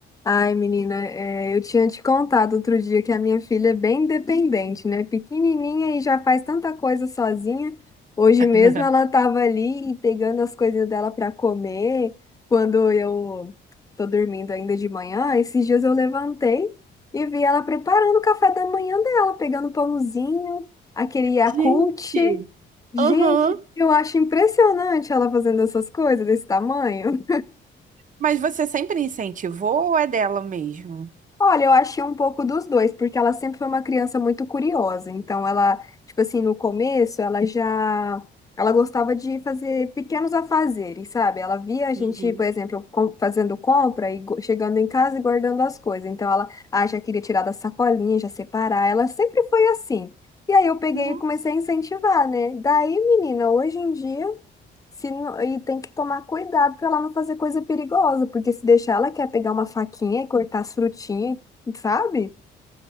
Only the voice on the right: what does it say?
<laughs>
Gente.
Aham.
Mas você sempre incentivou ou é dela mesmo?
Uhum.
Nossa.